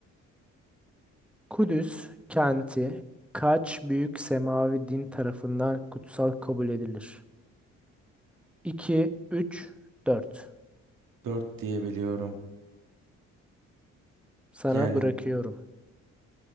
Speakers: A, in the centre; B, on the right.
A: Kudüs kenti kaç büyük semavi din tarafından kutsal kabul edilir? 2, 3, 4.
B: dört diye biliyorum
A: Sana
B: yani
A: bırakıyorum.